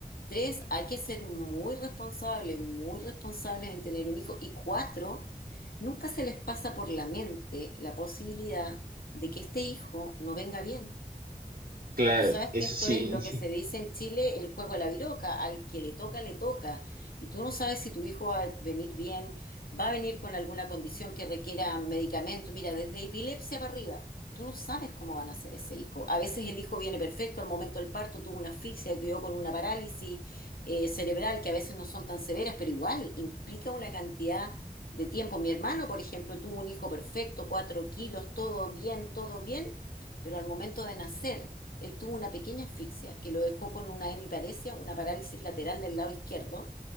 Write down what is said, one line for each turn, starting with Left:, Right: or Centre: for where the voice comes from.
Left: Tres, hay que ser muy responsables, muy responsables en tener un hijo. Y cuatro, nunca se les pasa por la mente la posibilidad de que este hijo no venga bien
Right: Claro,
Left: Tú sabes
Right: eso
Left: que esto
Right: sí.
Left: es lo que se dice en Chile, el juego de la viroca, al que le toca, le toca. Y tú no sabes si tu hijo va a venir bien, va a venir con alguna condición que requiera medicamento. Mira, desde epilepsia para arriba, tú no sabes cómo van a ser ese hijo. A veces el hijo viene perfecto, al momento del parto tuvo una asfixia, quedó con una parálisis eh, cerebral, que a veces no son tan severas, pero igual implica una cantidad de tiempo. Mi hermano, por ejemplo, tuvo un hijo perfecto, cuatro kilos, todo bien, todo bien, pero al momento de nacer él tuvo una pequeña asfixia que lo dejó con una hemiparesia, una parálisis lateral del lado izquierdo.